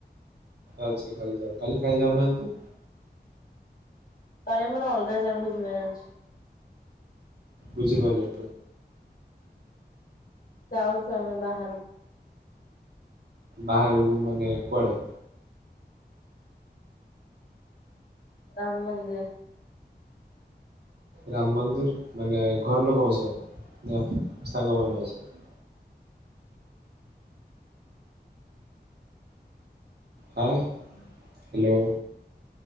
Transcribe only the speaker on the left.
କାଲି ଆମର ଅଲଗା ଜାଗା କୁ ଯିବାର ଅଛି।
ଯାଉଚୁ ଆମେ ବାହାରକୁ।
ରାମ୍ ମନ୍ଦିର୍।